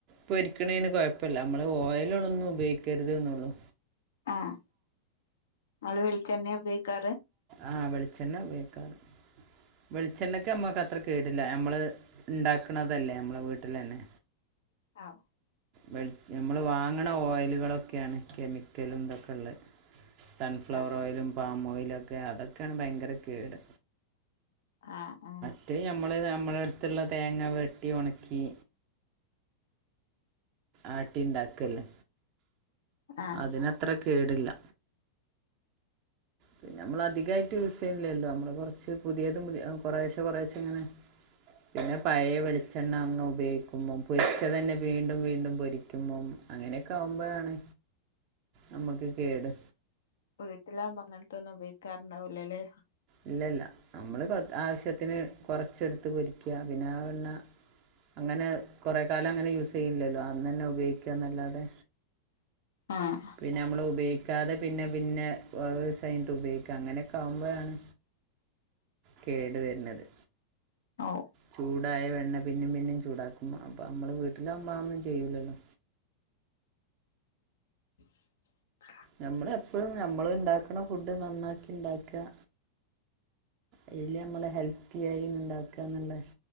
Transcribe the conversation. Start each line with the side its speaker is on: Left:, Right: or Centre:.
Right: പൊരിക്കണേന് കൊഴപ്പല്ല നമ്മള് ഓയലോളൊന്നും ഉപയോഗിക്കരുത് ന്നൊള്ളൂ
Left: ആഹ് ആള് വെളിച്ചണ്ണെ ഉപയോഗിക്കാറ്?
Right: ആഹ് വെളിച്ചെണ്ണ ഉപയോഗിക്കാറ് വെളിച്ചെണ്ണക്ക് നമ്മക്കത്ര കേടില്ല നമ്മള് ഇണ്ടാക്ക്ണതല്ലേ നമ്മളെ വീട്ടിലന്നെ
Left: ആഹ്
Right: വെൾ നമ്മള് വാങ്ങ്ണ ഓയിലുകളൊക്കെയാണ് കെമിക്കലും ഇതൊക്കെള്ളത് സൺഫ്ലവർഓയിലും
Left: ആഹ്
Right: പാംമൊയിലൊക്കെ അതൊക്കെണ് ഭയങ്കരകേട്
Left: ആഹ് ആഹ്
Right: മറ്റെത് നമ്മള് നമ്മളട്ത്തുള്ള തേങ്ങ വെട്ടി ഒണക്കി ആട്ടിണ്ടാക്കല്ലേ
Left: ആഹ്
Right: അതിനത്രകേടില്ല. പിന്നെമ്മള് അധികായിട്ട് യൂസ്യ്ണില്ലല്ലോ നമ്മള് കൊറച്ച് പുതിയതും പുതി അ കൊറേശെ കൊറേശെങ്ങനെ പിന്നെ പഴയ വെളിച്ചെണ്ണ അങ്ങ് ഉപയോഗിക്കുമ്പോം പൊരിച്ചതന്നെ വീണ്ടും വീണ്ടും പൊരി ക്കുമ്മം അങ്ങനെയൊക്കെ ആവുമ്പഴാണ് നമ്മക്ക് കേട്
Left: വീട്ടിലാവുമ്പോ അങ്ങൻത്തൊന്നും ഉപയോഗിക്കാറ്ണ്ടാവൂലല്ലേ?
Right: ഇല്ലല്ല നമ്മള് കൊ ആവശ്യത്തിന് കൊറച്ചെടുത്ത് പൊരിക്ക്യ പിന്നെ ആ വെണ്ണ അങ്ങനെ കൊറേ കാലം അങ്ങനെ യൂസ്യ്യില്ലല്ലോ അന്നന്നെ ഉപയോഗിക്ക്യന്നല്ലാതെ
Left: ആഹ്
Right: പിന്നെമ്മള്ഉപയോഗിക്കാതെ പിന്നെപിന്നെ കൊറേ ദിവസം കഴിഞ്ട്ട് ഉപയോഗിക്ക അങ്ങനൊക്കെ ആകുമ്പോഴാണ് കേട് വെര്ണത്
Left: ആവു
Right: ചൂടായ വെണ്ണ പിന്നിം പിന്നിം ചൂടാക്കും അപ്പ നമ്മള് വീട്ടിലാവുമ്പൊ അതൊന്നും ചെയ്യൂലല്ലോ
Left: <inaudible>
Right: ഞമ്മളെപ്പഴും ഞമ്മള്ണ്ടാക്ക്‌ണ ഫുഡ് നന്നാക്കി ഇണ്ടാക്ക്‌അ അയില് നമ്മള് ഹെൽത്തിയായി ഇണ്ടാക്ക്‌അന്ന്ള്ള